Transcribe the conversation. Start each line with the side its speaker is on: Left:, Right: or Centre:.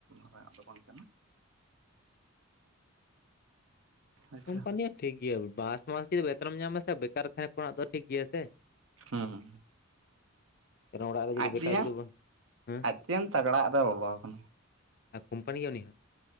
Right: ᱢᱟᱨᱟᱝᱼᱟᱜ ᱫᱚ ᱵᱟᱝ ᱠᱟᱱᱟ᱾ ᱟᱪᱪᱷᱟ
Left: ᱠᱳᱢᱯᱟᱱᱤ ᱦᱚᱸ ᱴᱷᱤᱠ ᱜᱮᱭᱟ, ᱢᱟᱥ ᱢᱟᱥ ᱡᱩᱫᱤ ᱵᱮᱛᱚᱱ ᱮᱢ ᱧᱟᱢᱟ ᱥᱮ ᱵᱮᱠᱟᱨ ᱛᱟᱦᱮᱸ ᱠᱷᱚᱱᱟᱜ ᱫᱚ ᱴᱷᱤᱠ ᱜᱮᱭᱟ ᱥᱮ ᱾
Right: ᱦᱩᱸ᱾
Left: ᱠᱟᱨᱚᱱ ᱚᱲᱟᱜ ᱨᱮ ᱡᱩᱫᱤ
Right: ᱟᱡ
Left: ᱵᱮᱠᱟᱨ
Right: ᱛᱮᱭᱟᱝ
Left: ᱡᱩᱫᱤ ᱵᱚᱱ ᱦᱮᱸ
Right: ᱟᱡ ᱛᱮᱭᱟᱝ ᱛᱟᱜᱽᱲᱟᱣᱟᱜ ᱨᱮ ᱵᱚᱞᱚᱣ ᱠᱟᱱᱟᱭ᱾
Left: ᱟᱨ ᱠᱳᱢᱯᱟᱱᱤ ᱜᱮ ᱩᱱᱤ ᱦᱚᱸ?